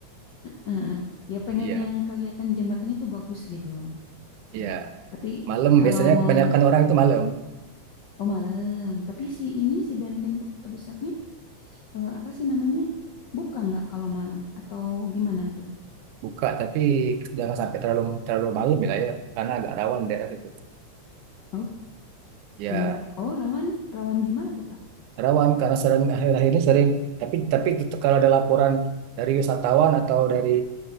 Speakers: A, on the left; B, on the right.
A: Heeh. Ya pengen
B: Iya,
A: yang kelihatan jembatannya tuh bagus gitu.
B: iya.
A: Tapi
B: Malam
A: kalau
B: biasanya
A: mau
B: kebanyakan orang itu malam
A: Oh malam, tapi si ini si Benteng Kota Besarnya eh, apa sih namanya? Buka nggak kalau malam atau gimana tuh?
B: buka tapi jangan sampai terlalu terlalu malam ya, ya karena agak rawan daerah situ.
A: Oh
B: Ya.
A: jam Oh rawan, rawan gimana tuh Kak?
B: rawan karena sering akhir-akhir ini sering tapi tapi tetap kalau ada laporan dari wisatawan atau dari